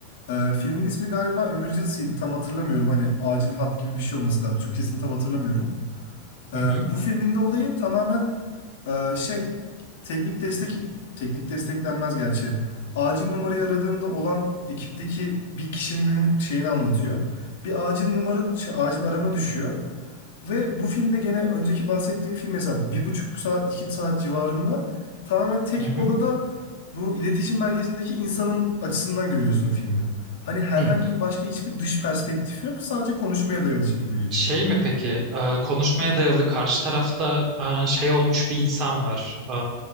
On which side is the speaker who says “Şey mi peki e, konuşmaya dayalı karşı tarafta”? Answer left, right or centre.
Right